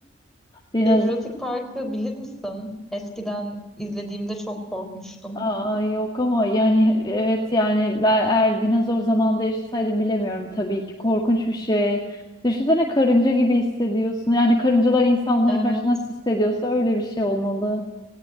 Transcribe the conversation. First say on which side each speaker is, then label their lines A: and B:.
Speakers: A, on the left; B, in the centre.
A: Dinozor
B: Ya Jurassic Park'ı bilir misin? Eskiden izlediğimde çok korkmuştum.
A: Aa, yok ama yani evet yani ben eğer dinozor zamanında yaşasaydım bilemiyorum tabii ki korkunç bir şey. Düşünsene karınca gibi hissediyorsun. Yani karıncalar insanlara
B: Evet.
A: karşı nasıl hissediyorsa öyle bir şey olmalı.